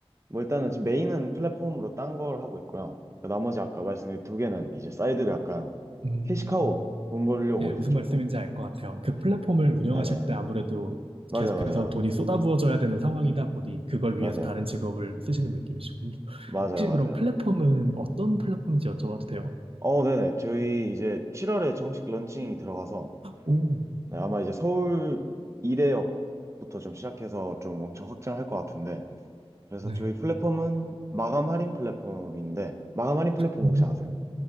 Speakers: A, on the right; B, on the right.
A: 뭐 일단은 지금 메인은 플랫폼으로 딴 걸 하고 있고요. 그 나머지 아까 말씀드린 두 개는 이제 사이드를 약간
B: 음,
A: 캐시카우 돈 벌려고
B: 네,
A: 이제
B: 무슨
A: 조금.
B: 말씀인지 알 것 같아요. 그 플랫폼을 운영하실
A: 네네.
B: 때 아무래도
A: 맞아요,
B: 계속해서
A: 맞아요.
B: 돈이 쏟아부어져야 되는 상황이다 보니 그걸
A: 맞아요.
B: 위해서 다른 직업을 쓰시는 느낌이시군요.
A: 맞아요,
B: 혹시
A: 맞아요.
B: 그럼 플랫폼은 어떤 플랫폼인지 여쭤봐도 돼요?
A: 어, 네네. 저희 이제 7월에 정식 런칭이 들어가서
B: 오,
A: 네, 아마 이제 서울 이대역부터 좀 시작해서 좀 엄청 확장할 것 같은데. 그래서
B: 네.
A: 저희 플랫폼은 마감 할인 플랫폼인데, 마감 할인 플랫폼
B: 오,
A: 혹시 아세요?